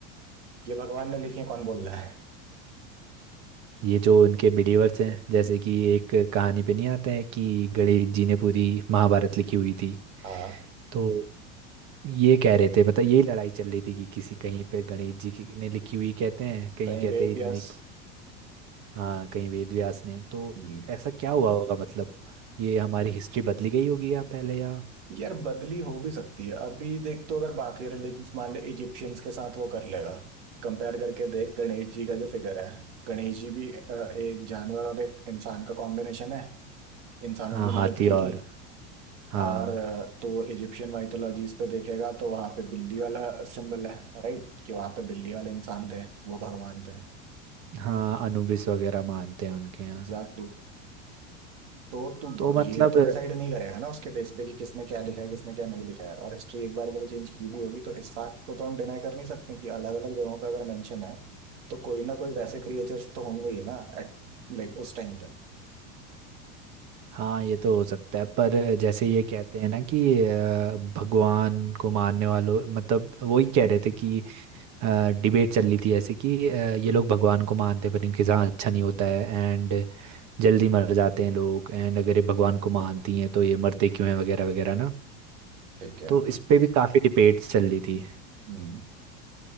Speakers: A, on the right; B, on the right.
A: ये भगवान ने लिखी है कौन बोल रहा है
B: ये जो इनके बिलीवर्स हैं जैसे कि एक कहानी पे नहीं आता है कि गणेश जी ने पूरी महाभारत लिखी हुई थी
A: हाँ
B: तो ये कह रहे थे मतलब यही लड़ाई चल रही थी कि किसी कहीं पे गणेश जी की ने लिखी हुई कहते हैं कहीं
A: कहीं
B: कहते
A: वेद
B: हैं
A: व्यास
B: इनने हाँ कहीं वेद व्यास ने तो
A: हम्म,
B: ऐसा क्या हुआ होगा मतलब ये हमारी हिस्ट्री बदली गई होगी या पहले या
A: यार बदली हो भी सकती है अभी देख तो अगर बाकी रिलीजन्स मान ले इजिप्शियंस के साथ वो कर लेगा कंपेयर करके देख गणेश जी का जो फिगर है गणेश जी भी अ, एक जानवर और एक इंसान का कॉम्बिनेशन है इंसानों
B: हाँ
A: की
B: हाथी
A: मदद की
B: और
A: थी
B: हाँ
A: और अ, तो इजिप्शियन माइथोलॉजीज पे देखेगा तो वहां पे बिल्ली वाला सिंबल है राइट कि वहां पे बिल्ली वाले इंसान थे वो भगवान थे
B: हाँ अनुबिस वगैरह मानते हैं उनके यहाँ
A: एग्जैक्टली तो तू
B: तो मतलब
A: ये तो डिसाइड नहीं करेगा ना उसके बेस पे कि किसने क्या लिखा है किसने क्या नहीं लिखा है और हिस्ट्री एक बार के लिए चेंज की भी होगी तो इस फैक्ट को तो हम डिनाई कर नहीं सकते कि अलग अलग जगहों पे अगर मेंशन है तो कोई ना कोई वैसे क्रिएचर्स तो होंगे ही ना एट लाइक उस टाइम पे
B: हाँ ये तो हो सकता है पर जैसे ये कहते हैं ना कि अ, भगवान को मानने वालों मतलब वही कह रहे थे कि डिबेट चल रही थी ऐसे कि अ, ये लोग भगवान को मानते हैं, पर इनके साथ अच्छा नहीं होता है एंड जल्दी मर जाते हैं लोग एंड अगर ये भगवान को मानती हैं तो ये मरते क्यों हैं वगैरह वगैरह ना
A: ठीक है
B: तो इस पे भी काफ़ी डिबेट चल रही थी
A: हम्म